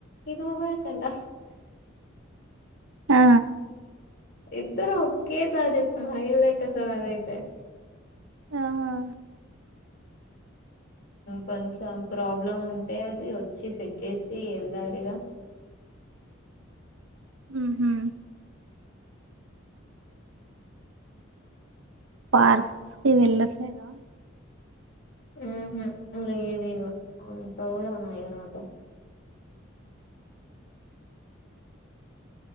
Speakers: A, on the left (about 55°); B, on the right (about 75°).
A: ఇది బారుతంట.
B: ఆ
A: ఇద్దరం ఒకేసారి చెప్పిన హైలెట్ అస్సలు అదైతే.
B: ఆ
A: కొంచెం ప్రాబ్లం ఉంటే అది వచ్చి సెట్ చేసి వెళ్లారుగా.
B: ఉహు. పార్క్స్ కి వెళ్ళట్లేదా.
A: ఉహు లేదు ఇగ అంతా కూడానా ఇగ నాకు.